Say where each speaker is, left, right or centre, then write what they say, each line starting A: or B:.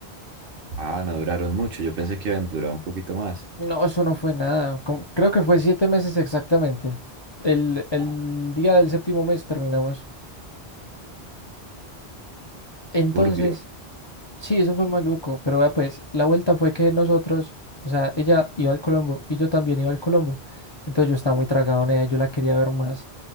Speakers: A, on the right; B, on the left.
A: Ah, no duraron mucho, yo pensé que iban a durar un poquito más.
B: No, eso no fue nada. como- creo que fue siete meses exactamente. El, el
A: Ah,
B: día del séptimo mes terminamos. Entonces,
A: turbio,
B: sí, eso fue maluco, pero vea pues, la vuelta fue que nosotros, o sea, ella iba al Colombo y yo también iba al Colombo. Entonces yo estaba muy tragado en ella, yo la quería ver más.